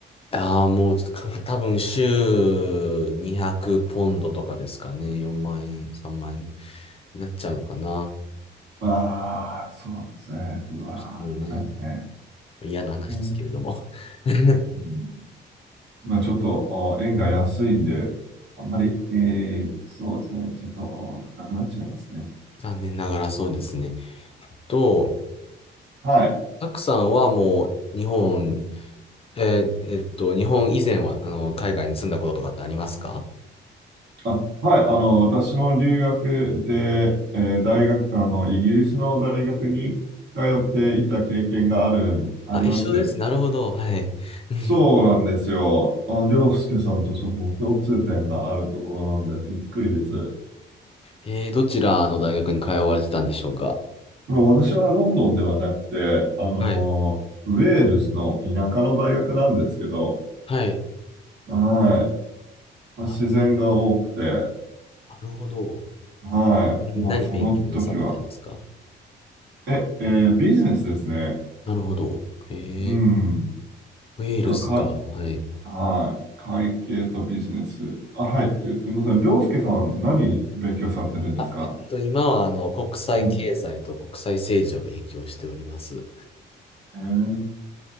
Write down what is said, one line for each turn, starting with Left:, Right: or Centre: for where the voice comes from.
Left: ああ、もうちょっとか、多分週200ポンドとかですかね。4万円、3万円になっちゃうのかな。
Right: ああ、そうですね。うわー、
Left: もうしてもね、
Right: 高いですね。
Left: 嫌な話ですけれども。
Right: ね、
Left: <laughs>
Right: うん、まあちょっと、あー円が安いんで、あんまり、えー、そうですね。ちょっとあー高くなっちゃいますね。
Left: 残念ながらそうですね。と、
Right: はい。
Left: たくさんはもう日本、えーえっと、日本以前はあの海外に住んだこととかってありますか
Right: あ、はい。あの、私も留学で、えー大学、あの、イギリスの大学に通っていた経験がある、あります。
Left: あ、一緒です。なるほど。はい。<laughs> うん
Right: そうなんですよ。あ、りょうすけさんとその共通点があるところなんで、びっくりです。
Left: えー、どちらの大学に通われてたんでしょうか
Right: もう私はロンドンではなくて、あのーウェールズの田舎の大学なんですけど、
Left: はい。はい。
Right: はい。まあ、
Left: あ
Right: 自然が多くて、
Left: なるほど。
Right: はい。
Left: ちなみに何勉強なさってたんですか
Right: まその時は、え、えービジネスですね。
Left: なるほど。へえ、
Right: うん。
Left: ウェールズか。
Right: が、か、
Left: はい。
Right: はい。会計とビジネス。あ、はい。えすみません。りょうすけさん、何勉強されてるんですか
Left: あ、えっと、今はあの、国際経済と国際政治を勉強しております。
Right: うん。えー